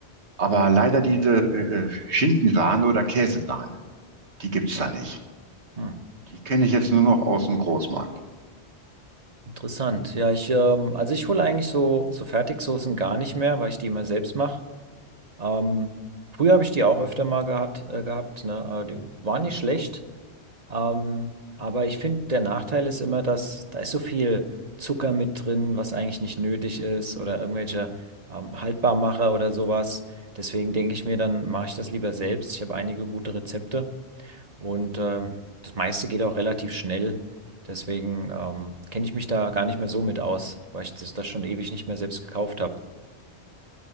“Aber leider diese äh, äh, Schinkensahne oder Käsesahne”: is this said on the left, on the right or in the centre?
Right